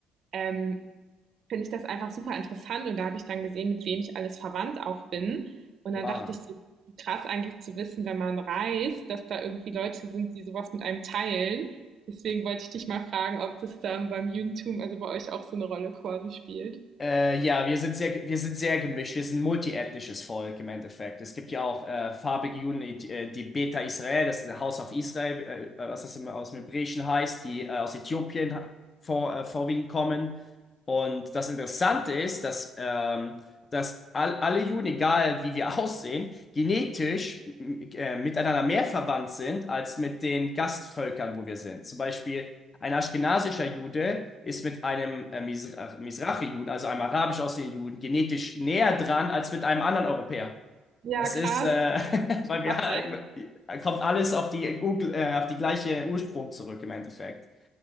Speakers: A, on the right (about 50°); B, on the left (about 30°).
A: ähm, finde ich das einfach super interessant. Und da habe ich dann gesehen, mit wem ich alles verwandt auch bin. Und
B: Wow.
A: dann dachte ich so, krass eigentlich zu wissen, wenn man reist, dass da irgendwie Leute sind, die sowas mit einem teilen. Deswegen wollte ich dich mal fragen, ob das dann beim Judentum, also bei euch auch so eine Rolle quasi spielt.
B: Äh, ja, wir sind sehr, wir sind sehr gemischt. Wir sind ein multiethnisches Volk im Endeffekt. Es gibt ja auch äh, farbige Juden, die, äh, die Beta Israel, das ist der House of Israel, äh, was das immer aus dem Hebräischen heißt, die äh, aus Äthiopien vor, äh, vorwiegend kommen. Und das Interessante ist, dass, ähm, dass all, alle Juden, egal wie wir <laughs> aussehen, genetisch m- äh, miteinander mehr verwandt sind als mit den Gastvölkern, wo wir sind. Zum Beispiel. Ein aschkenasischer Jude ist mit einem äh, Misra- juden also einem arabisch aussehenden Juden, genetisch näher dran als mit einem anderen Europäer.
A: Ja,
B: Das
A: krass.
B: ist, äh, <laughs> weil wir,
A: Okay.
B: äh, kommt alles auf die, Google, äh, auf die gleiche Ursprung zurück im Endeffekt.